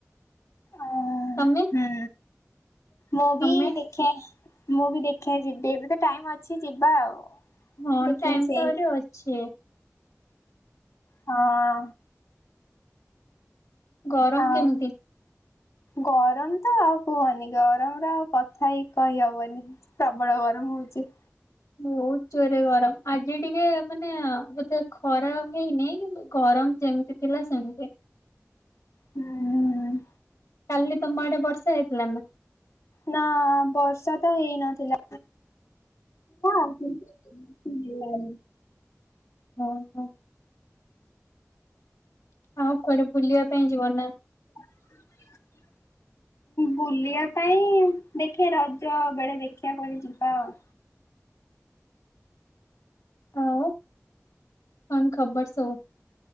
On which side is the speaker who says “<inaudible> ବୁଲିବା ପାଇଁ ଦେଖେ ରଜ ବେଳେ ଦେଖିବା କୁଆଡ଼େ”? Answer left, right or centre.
Left